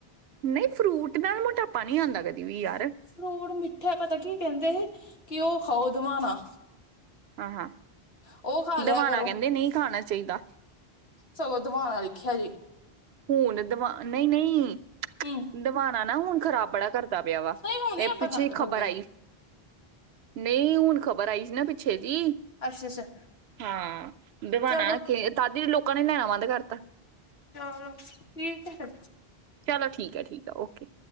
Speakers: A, on the right; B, on the left.
A: ਨਹੀਂ ਫਰੂਟ ਨਾਲ ਮੋਟਾਪਾ ਨਹੀਂ ਆਉਂਦਾ ਕਦੀ ਵੀ ਯਾਰ।
B: ਫਰੂਟ ਮਿੱਠਾ ਪਤਾ ਕੀ ਕਹਿੰਦੇ ਸੀ ਕਿ ਉਹ ਖਾਓ ਦਵਾਣਾ।
A: ਹਾਂ ਹਾਂ
B: ਉਹ ਖਾ ਲਿਆ
A: ਦਵਾਣਾ
B: ਕਰੋ
A: ਕਹਿੰਦੇ ਨਹੀਂ ਖਾਣਾ ਚਾਹੀਦਾ।
B: ਸਗੋਂ ਦਵਾਣਾ ਲਖਿਆ ਜੇ
A: ਹੁਣ ਦਵਾ ਨਈ-ਨਈ
B: ਹੂੰ
A: ਦਵਾਨਾ ਨਾ ਹੁਣ ਖ਼ਰਾਬ ਬੜਾ ਕਰਦਾ ਪਿਆ ਵਾ
B: ਨਹੀਂ ਹੁਣ ਨੀ
A: ਐ
B: ਆਪਾਂ
A: ਪਿੱਛੇ
B: ਖਾਂਦੇ
A: ਖ਼ਬਰ
B: ਖੁੰਦੇ
A: ਆਈ ਨਈ ਹੁਣ ਖ਼ਬਰ ਆਈ ਸੀ, ਨਾ ਪਿੱਛੇ ਦੀ
B: ਅੱਛਾ ਅੱਛਾ
A: ਹਾ ਦਵਾਣਾ
B: ਚਲੋ
A: ਕੇ ਤਦੀ ਲੋਕਾਂ ਨੇ ਲੈਣਾ ਬੰਦ ਕਰਤਾ।
B: ਚਲੋ ਠੀਕ ਐ।
A: ਚਲੋ ਠੀਕ ਆ-ਠੀਕ ਆ ਓਕੇ